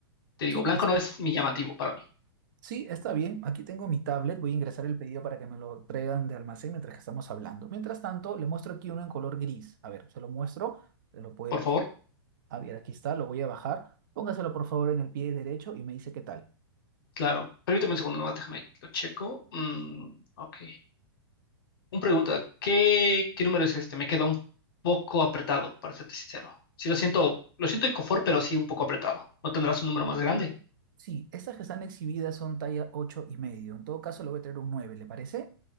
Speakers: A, on the left (about 60°); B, on the right (about 50°).
A: Te digo,
B: Sí,
A: blanco
B: está,
A: no es mi llamativo para mí.
B: sí, está bien. Aquí tengo mi tablet. Voy a ingresar el pedido para que me lo traigan de almacén mientras que estamos hablando. Mientras tanto, le muestro aquí uno en color gris. A ver, se lo muestro. Se lo puede
A: Por favor,
B: A ver, aquí está, lo voy a bajar. Póngaselo por favor en el pie derecho y me dice qué tal.
A: claro. Permítame un segundo nomás, déjame, lo checo. Mm, ok. Un pregunta, ¿qué, qué número es este? Me queda un poco apretado, para serte sincero. Sí, lo siento, lo siento de confort, pero sí un poco apretado. ¿No tendrás un número más grande?
B: Sí, estas que están exhibidas son talla 8 y medio. En todo caso, le voy a traer un 9, ¿le parece?